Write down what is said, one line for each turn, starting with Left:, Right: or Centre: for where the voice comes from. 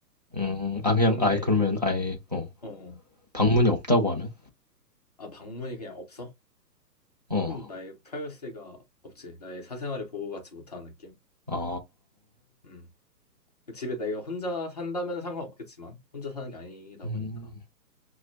Right: 음, 아 그냥
Left: 근데
Right: 아예 그러면 아예 어
Left: 어,
Right: 방문이 없다고 하면
Left: 아 방문이 그냥 없어?
Right: 어.
Left: 그럼 나의 프라이버시가 없지. 나의 사생활이 보호받지 못하는 느낌.
Right: 아.
Left: 음. 집에 내가 혼자 산다면 상관없겠지만 혼자 사는 게 아니다
Right: 음.
Left: 보니까.